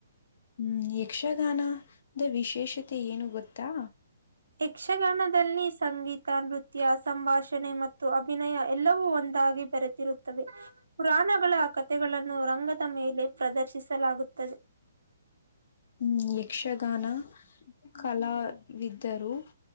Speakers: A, on the left; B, on the right.
A: ಹ್ಮ್ ಯಕ್ಷಗಾನದ ವಿಶೇಷತೆ ಏನು ಗೊತ್ತಾ.
B: ಯಕ್ಷಗಾನದಲ್ಲಿ ಸಂಗೀತ ನೃತ್ಯ. ಸಂಭಾಷಣೆ ಮತ್ತು ಅಭಿನಯ ಎಲ್ಲವೂ ಒಂದಾಗಿ ಬೆರೆತಿರುತ್ತವೆ ಪುರಾಣಗಳ ಕಥೆಗಳು. ನ್ನು ರಂಗದ ಮೇಲೆ ಪ್ರದರ್ಶಿಸಲಾಗುತ್ತದೆ.
A: ಹ್ಮ್ ಯಕ್ಷಗಾನ. ಕಲಾವಿದರು